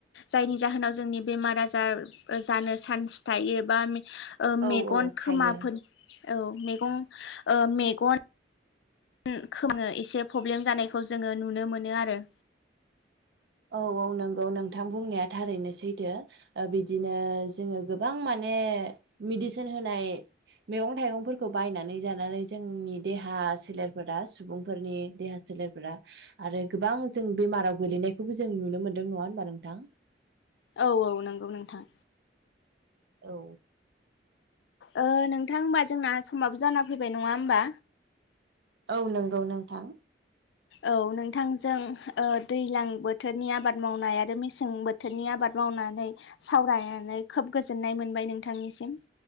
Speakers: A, on the left; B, on the right.
A: जायनि जाहोनाव जोंनि बेमार आजार जानो चान्स थायो बा ओ मेगन
B: औ औ
A: खोमाफोर
B: थायो
A: औ मैगं मेगन <unintelligible> एसे प्रब्लेम जानायखौ जों नुनो मोनो आरो
B: औ औ नंगौ नोंथां बुंनाया थारैनो सैथो ओ बिदिनो जोङो गोबां मा ने मेडिसिन होनाय मैगं थाइगंफोरखौ बायनानै जानानै जोंनि देहा सोलेरफोरा सुबुंफोरनि देहा सोलेरफोरा आरो गोबां जों बेमाराव गोलैनायखौबो जों नुनो मोनदों नङा होमबा नोंथां
A: औ औ नंगौ नोंथां
B: औ
A: ओ नोंथां होमबा जोंना समाबो जाना फैबाय नङा होमबा?
B: औ नंगौ नोंथां।
A: औ नोंथांजों ओ दैज्लां बोथोरनि आबाद मावनाय आरो मेसें बोथोरनि आबा बाद मावनानै सावरायनानै खोब गोजोननाय मोनबाय नोंथांनिसिम